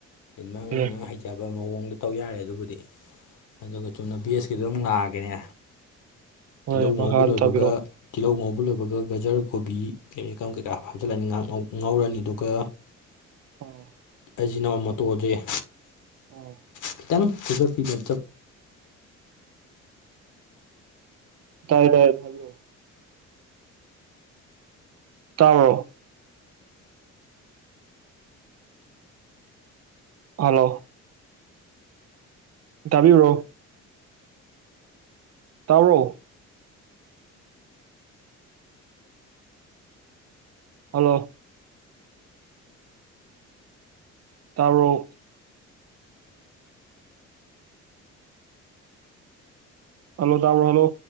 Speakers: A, on the left; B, on the right.
A: ꯅꯪ
B: ꯍꯣꯏꯅꯦ
A: ꯅꯪ ꯍꯩꯖꯕ ꯃꯑꯣꯡꯗ ꯇꯧ ꯌꯥꯔꯦ ꯑꯗꯨꯕꯨꯗꯤ ꯑꯗꯨꯒ ꯆꯨꯝꯅ ꯕꯤ ꯑꯦꯁ ꯀꯤꯗꯨꯝ ꯅꯥꯒꯦꯅꯦ
B: ꯍꯣꯏ
A: ꯇꯤꯜꯍꯧ ꯉꯧꯕ
B: ꯃꯈꯥꯗ
A: ꯂꯣꯏꯕꯒ
B: ꯇꯥꯕꯤꯔꯛꯑꯣ
A: ꯇꯤꯜꯍꯧ ꯉꯧꯕ ꯍꯥꯞ ꯂꯣꯏꯕꯒ ꯒꯖꯔ ꯀꯣꯕꯤ ꯀꯩ ꯀꯔ ꯀꯩꯀꯥ ꯍꯥꯞꯆꯤꯜꯂꯅꯤ ꯉꯧꯔꯅꯤ ꯑꯗꯨꯒ
B: ꯎꯝ
A: ꯑꯖꯤꯅ ꯃꯣꯇꯣꯖꯦ
B: ꯎꯝ
A: ꯈꯤꯇꯪ ꯁꯖꯄꯤꯅ <inaudible> ꯆꯠ
B: ꯇꯥꯏ ꯇꯥꯏ ꯍꯥꯏꯕꯤꯔꯣ ꯇꯔꯣ ꯍꯜꯂꯣ ꯇꯥꯕꯤꯕ꯭ꯔꯣ ꯇꯔꯣ ꯍꯜꯂꯣ ꯇꯔꯨꯛ ꯍꯜꯂꯣ ꯇꯥꯕꯣ ꯍꯜꯂꯣ